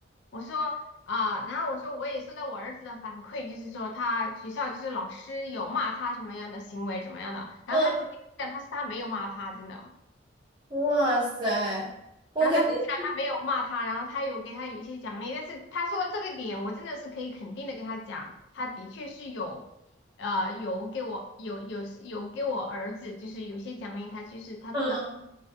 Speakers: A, on the left (about 70°); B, on the right (about 25°).
A: 我说。啊，然后我说我也收到我儿子的反馈，就是说他学校就是老师有骂他什么样的行为怎么样的，然后他直接讲他是他没有骂他，
B: 嗯，
A: 真的，
B: 哇塞，我感觉，
A: 然后他跟我讲他没有骂他，然后他有给他有一些奖励，但是他说到这个点，我真的是可以肯定的跟他讲，他的确是有，呃，有给我有有有给我儿子就是有些奖励，他就是他做的，
B: 嗯，
A: 好，